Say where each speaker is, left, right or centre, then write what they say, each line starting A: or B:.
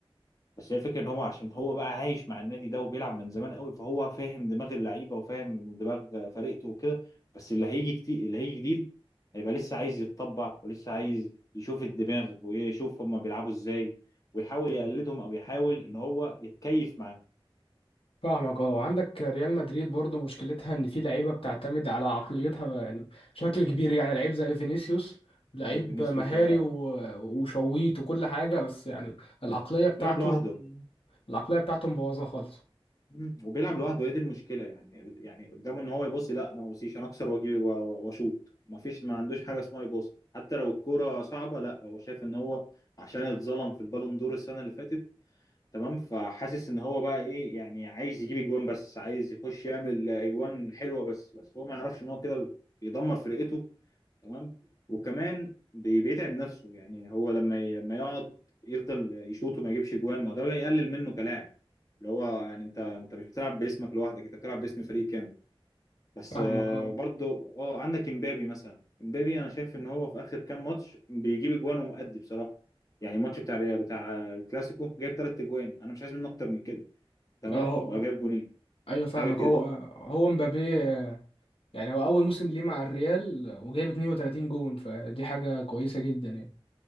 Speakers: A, on the left; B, on the left.
A: بس هي الفكره ان هو عشان هو بقى عايش مع النادي ده وبيلعب من زمان قوي فهو فاهم دماغ اللعيبه وفاهم دماغ فرقته وكده بس اللي هيجي كتير اللي هيجي جديد هيبقى لسه عايز يتطبع ولسه عايز يشوف الدماغ ويشوف هما بيلعبوا ازاي ويحاول يقلدهم او يحاول ان هو يتكيف معاهم
B: فاهمك اه وعندك ريال مدريد برضو مشكلتها ان في لعيبه بتعتمد على عقليتها يعني بشكل كبير يعني لعيب زي فينيسيوس لعيب
A: هو فينيسيوس
B: مهاري
A: ده
B: و- وشويت وكل حاجه بس يعني العقليه بتاعته
A: بيلعب لوحده
B: العقليه بتاعته مبوظه خالص
A: مم. وبيلعب لوحده هي دي المشكله يعني ال- يعني قدامه ان هو يباصي لا انا ما بصيش انا اكسر واجي و- و- واشوط ما فيش ما عندوش حاجه اسمها يباصي حتى لو الكوره صعبه لا هو شايف ان هو عشان اتظلم في البالون دور السنه اللي فاتت تمام فحاسس ان هو بقى ايه يعني عايز يجيب اجوان بس عايز يخش يعمل اجوان حلوه بس بس هو ما يعرفش ان هو كده بيدمر فرقته تمام وكمان بي- بيتعب نفسه يعني هو لما ي- لما يقعد يفضل يشوط وما يجيبش جوان ما هو ده بيقلل منه كلاعب اللي هو يعني انت انت مش بتلعب باسمك لوحدك انت بتلعب باسم فريق كامل بس
B: فاهمك
A: آه،
B: اه
A: برضو اه عندك امبابي مثلا امبابي انا شايف ان هو في اخر كام ماتش بيجيب اجوان ومؤدي بصراحه يعني الماتش بتاع ريال- بتاع الكلاسيكو جايب ثلاث اجوان انا مش عايز منه اكتر من كده تمام
B: اه اه.
A: وجايب جونين
B: ايوه فاهمك
A: حاجه كده
B: هو هو مبابي اه، يعني هو اول موسم ليه مع الريال وجايب 32 جون فدي حاجه كويسه جدا يعني